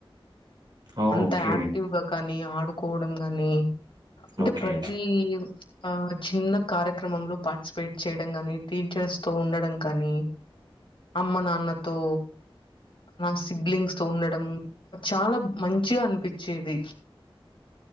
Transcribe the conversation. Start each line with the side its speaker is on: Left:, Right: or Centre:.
Right: ఓహ్!
Left: అంత
Right: ఓకే.
Left: యాక్టివ్ గా కానీ ఆడుకోవడం గానీ అంటె
Right: ఓకే.
Left: ప్రతీ ఆ చిన్న కార్యక్రమంలో పార్టిసిపేట్ చేయడం గానీ టీచర్స్ తో ఉండడం కానీ అమ్మ నాన్నతో నాకు సిబ్లింగ్స్ తో ఉండడం చాలా మంచిగా అనిపిచ్చేది